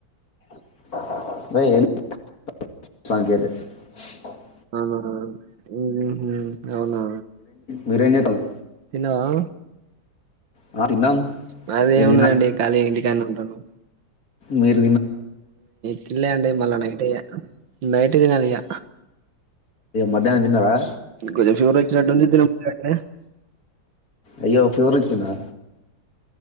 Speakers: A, on the left; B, on the right.
A: <unintelligible>
B: అవునా ఉ ఉ అవునా
A: మీరేంజేతన్రు
B: తిన్నవా
A: ఆ, తిన్నాం
B: మాది
A: మీరు
B: ఏముంనదండి కాళిగా ఇంటికాడున్నాం హలో
A: మీర్
B: తిన్నా అండి మళ్ళ నైటే ఇగ నైటే తినాలి ఇగ
A: మధ్యాహ్నం తిన్నావా
B: ఇ <unintelligible> రై చాటు నిద్దర <unintelligible>
A: అయ్యో ఫ్యూరిచ్చనా